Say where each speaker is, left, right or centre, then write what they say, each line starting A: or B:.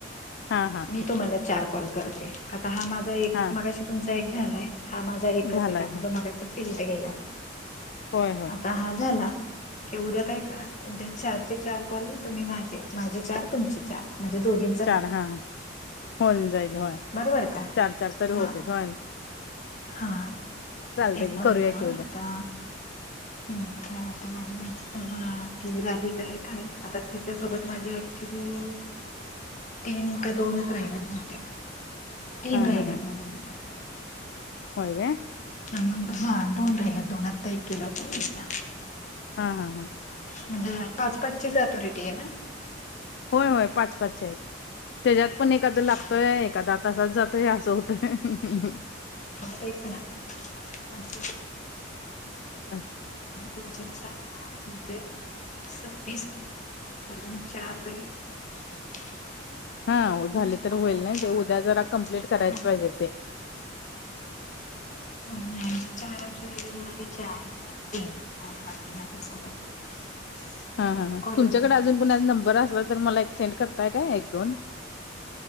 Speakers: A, on the left (about 60°); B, on the left (about 40°).
A: हा हा
B: मी तुम्हाला चार कॉल करते. आता हा माझा एक
A: हा
B: मगाशी तुमचा एक झालाय. हा माझा एकच
A: झालाय
B: आहे, आता
A: हो
B: तो मघाचा फेलड गेलाय.
A: होय होय.
B: आता हा झाला. क उद्या काय करा. उद्या चारचे चार कॉल तुम्ही माझे, माझे चार तुमचे चार म्हणजे दोघी
A: चार हा, होवून जाईल होय.
B: बरोबर का?
A: चार चार तरी
B: हा
A: होतेत होय
B: हा.
A: चालतंय
B: एक
A: की
B: वर
A: करूया
B: एक वर
A: की उद्या
B: आता हम्म काय आता माझी मै बा ती राधिका एक हाय, आता तिच्यासोबत माझे अँक्चुली, तीन का दोनच राहिलेत बहुतेक. तीन
A: हा
B: राहिल्यात
A: हा हा
B: माझ्या मते.
A: होय काय?
B: ह मग हा दोन राहिल्यात दोन, आत्ता एक केला होता मी तिला.
A: हा हा हा.
B: म्हणजे पाच पाचचीच अथॉरिटी आहे ना?
A: होय होय पाच पाचची आहेत. त्याच्यात पण एखादां लागतोय
B: हा
A: एखादा तसाच जातोय असं होतंय.
B: हो तेच ना <unintelligible>
A: अस
B: तुमचे चार म्हणजे सव्वीस होत्, अजून चार तरी <inaudible>
A: हा
B: अजून
A: झाले
B: चार
A: तर होईल नई ते, उद्या जरा कम्प्लीट करायच
B: हा
A: पाहिजे ते.
B: आणि चार जे ऋणाली चे आहेत, तीन कॉल बाकी माझ्यासोबत. <inaudible>
A: हा हा हा
B: कॉल
A: तुमच्याकडे
B: पाहिजे
A: अजून कोण नंबर असला तर, मला एक सेंड करताय काय एक दोन?